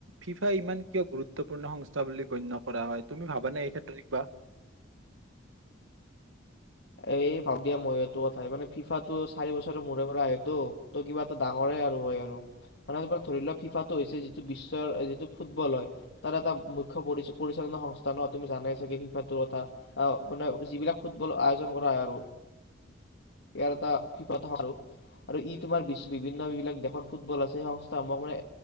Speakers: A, on the right; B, on the left.
A: ফিফা ইমান কিয় গুৰুত্বপূৰ্ণ সংস্থা বুলি গণ্য কৰা হয়। তুমি ভাবানে? এই ক্ষেত্ৰত কিবা?
B: এই ভাবো দিয়া মইয়ো এই টো কথাই মানে ফিফাটো চাৰি বছৰৰ মূৰে মূৰে আহেটো ত কিবা এটা ডাঙৰেই আৰু হয় আৰু মানে ত ধৰি লোৱা ফিফাটো হৈছে যিটো বিশ্বৰ যিটো ফুটবল হয়। তাৰ এটা মুখ্য পৰি পৰিচালনা সংস্থা ন? তুমি জানাই চাগে ফিফাটোৰ কথা। মানে যিবিলাক ফুটবল আ অৰ্জন কৰা হয় আৰু ইয়াৰ এটা ফিফাত আৰু আৰু ই তোমাৰ বিশ্ব বিভিন্নবিলাক দেশৰ ফুটবল আছে। সেই সংস্থাসমূহক মানে